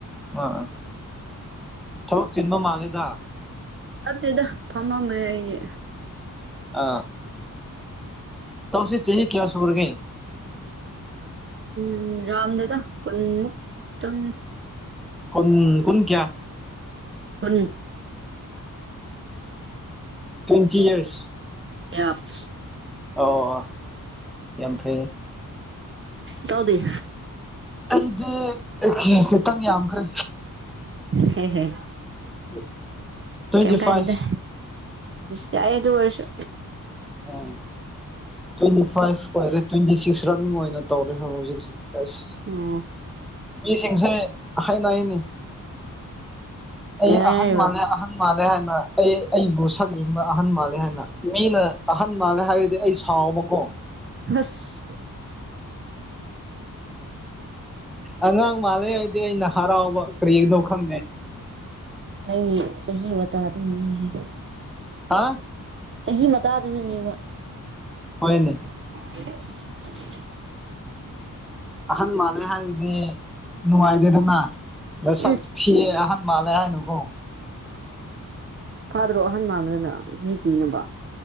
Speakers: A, in the centre; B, on the right.
A: ꯑꯥ ꯊꯕꯛ ꯆꯤꯟꯕ ꯃꯥꯜꯂꯦꯗ
B: ꯑꯗꯦꯗ ꯐꯃꯝ ꯍꯥꯏꯅꯦ
A: ꯑ ꯇꯁꯤ ꯆ ꯆꯍꯤꯍꯤ ꯀꯌꯥ ꯁꯨꯔꯒ
B: ꯎꯝ ꯌꯥꯝꯝꯗꯗ ꯀꯨꯟꯃꯨꯛ ꯆꯪꯉꯦ
A: ꯀꯣꯟ ꯀꯣꯟ ꯀꯌꯥ
B: ꯀꯨꯟ
A: ꯇ꯭ꯋꯦꯟꯇꯤ ꯏꯔꯁ
B: ꯑꯦꯞꯁ
A: ꯑꯣ ꯑꯣ ꯌꯥꯐꯩ
B: ꯇꯧꯗꯤ
A: ꯑꯩꯗꯤ ꯈꯤꯇꯪ ꯌꯥꯝꯈ꯭ꯔꯦ
B: ꯍ ꯍꯣꯏ
A: <unintelligible>
B: ꯀꯩꯝ ꯀꯥꯏꯗꯦꯗ
A: ꯐꯥꯏꯚ
B: ꯌꯥ ꯑꯩ ꯑꯗꯨ ꯑꯣꯏꯔꯁꯨ
A: ꯎꯝ ꯇ꯭ꯋꯦꯟꯇꯤ ꯐꯥꯏꯚ ꯑꯣꯏꯔꯦ ꯇ꯭ꯋꯦꯟꯇꯤ ꯁꯤꯛꯁ ꯔꯟꯅꯤꯡ ꯑꯣꯏꯅ ꯇꯧꯔꯦ ꯍꯧꯖꯤꯛ ꯍꯧꯖꯤ ꯑꯁ
B: ꯑꯣ
A: ꯃꯤꯁꯤꯡꯁꯦ ꯍꯥꯏꯅ ꯍꯥꯏꯅꯤ ꯑꯩ
B: ꯀꯩ ꯍꯥꯏꯅꯔꯤꯕ
A: ꯑꯍꯟ ꯃꯅꯦ ꯑꯍꯟ ꯑꯍꯟ ꯃꯥꯜꯂꯦ ꯍꯥꯏꯅ ꯑꯩ ꯑꯩꯕꯨ ꯁꯛ ꯌꯦꯡꯕ ꯑꯍꯟ ꯃꯥꯜꯂꯦ ꯍꯥꯏꯅ ꯃꯤꯅ ꯑꯍꯟ ꯃꯥꯜꯂꯦ ꯍꯥꯏꯔꯗꯤ ꯑꯩ ꯁꯥꯎꯕꯀꯣ
B: ꯍꯁ
A: ꯑꯉꯥꯡ ꯃꯥꯜꯂꯦ ꯑꯗꯤ ꯑꯩꯅ ꯍꯔꯥꯎꯕ ꯀꯔꯤꯒꯤꯅꯣ ꯈꯪꯗꯦ
B: ꯑꯩ ꯆꯍꯤ ꯋꯥꯇꯥ ꯗꯨꯅꯦꯍꯦ
A: ꯍꯥ
B: ꯆꯍꯤ ꯃꯇꯥꯗꯨꯅꯅꯦꯕ
A: ꯍꯣꯏꯅꯦ
B: <unintelligible>
A: ꯑꯍꯟ ꯃꯥꯜꯂꯦ ꯍꯥꯏꯕꯗꯤ ꯅꯨꯡꯉꯥꯏꯇꯦꯗꯅ ꯅꯁꯛ
B: ꯎꯝ
A: ꯊꯤꯌꯦ ꯑꯍꯟ ꯃꯥꯜꯂꯦ ꯍꯥꯏꯅꯨꯀꯣ
B: ꯐꯥꯗ꯭ꯔꯣ ꯑꯍꯟ ꯃꯥꯟꯕꯗꯨꯅ ꯃꯤ ꯀꯤꯅꯕ